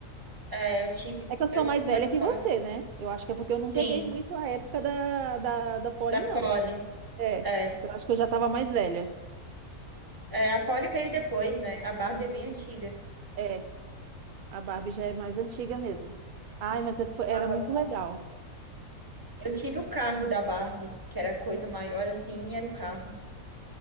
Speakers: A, on the right; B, on the right.
A: É, eu tive,
B: É que eu sou
A: eu
B: mais
A: tive
B: velha
A: umas
B: que
A: Poli.
B: você, né? Eu acho que é porque eu
A: Sim,
B: não peguei muito a época da, da, da Polly,
A: da
B: não.
A: Poli.
B: É,
A: É,
B: eu acho que eu já tava mais velha.
A: É, a Poli veio depois, né? A Barbie é bem antiga.
B: É, a Barbie já é mais antiga mesmo. Ai, mas é- foi-
A: Eu amava
B: era muito
A: a Polly.
B: legal.
A: Eu tive o carro da Barbie, que era coisa maior assim, e era o carro.